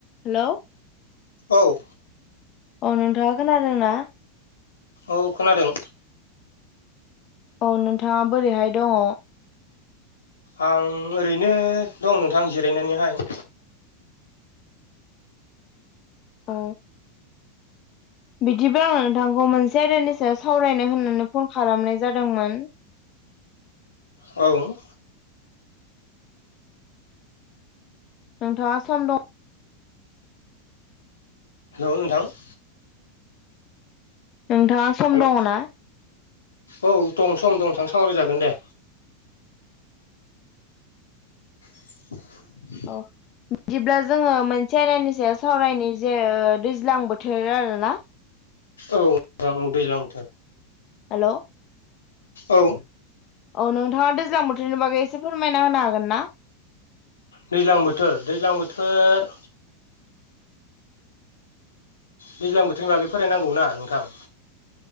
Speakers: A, on the left (about 45°); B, on the left (about 85°).
A: Hello
B: औ।
A: अ नोंथाङा खोनादों ना?
B: औ खोनादों।
A: औ नोंथाङा बोरैहाय दङ?
B: आं ओरैनो दं नोंथां जिरायनानैहाय।
A: अ। बिदिब्ला आं नोंथांखौ मोनसे आयदानि सायाव सावरायनो होननानै फन खालामनाय जादोंमोन।
B: औ।
A: नोंथाङा सम दं
B: हेल' नोंथां।
A: नोंथाङा सम
B: हेल'
A: दङना?
B: औ दं सम दं नोथां सावराय जागोन दे। <inaudible>
A: अ। बिदिब्ला जोङो मोनसे आयदानि सायाव सावरायनि जे ओ दैज्लां बोथोर आरोना।
B: औ रां औ दैज्लांथो
A: हेल'।
B: औ।
A: औ नोंथाङा दैज्लां बोथोरनि बागै एसे फोरमायना होनो हागोन ना?
B: दैज्लां बोथोर दैज्लां बोथोर दैज्लां बोथोरनि बागै फोरायनांगौ ना नोंथां?